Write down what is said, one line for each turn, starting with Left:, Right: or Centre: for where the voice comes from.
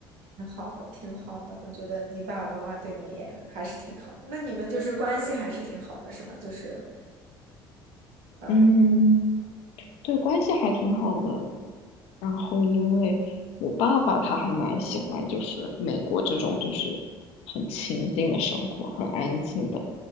Right: 挺好的，挺好的。我觉得你爸爸妈妈对你也还是挺好的，那你们就是关系还是挺好的，是吗？就是，嗯、
Left: 嗯。对，关系还挺好的。然后因为我爸爸他还蛮喜欢，就是美国这种就是很清静的生活，很安静的